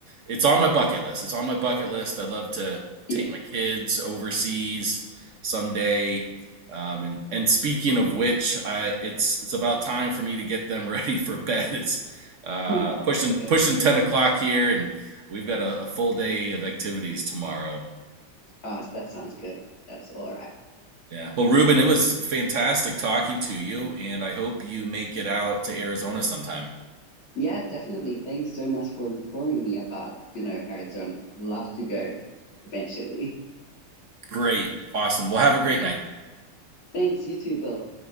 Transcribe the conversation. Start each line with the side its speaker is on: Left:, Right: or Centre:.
Right: It's on my bucket list. It's on my bucket list. I'd love to
Left: yeah.
Right: take my kids overseas someday. Um, and and speaking of which, I, it's it's about time for me to get them <laughs> ready for bed. <laughs> It's uh,
Left: <laughs> That's
Right: pushing
Left: all good.
Right: pushing ten o'clock here, and we've got a, a full day of activities tomorrow.
Left: Uh, that sounds good. That's all right.
Right: Yeah. Well, Ruben, it was fantastic talking to you, and I hope you make it out to Arizona sometime.
Left: Yeah, definitely. Thanks so much for informing me about, you know, Arizona. I'd love to go eventually.
Right: Great. Awesome. Well, have a great night.
Left: Thanks, you too, Bill.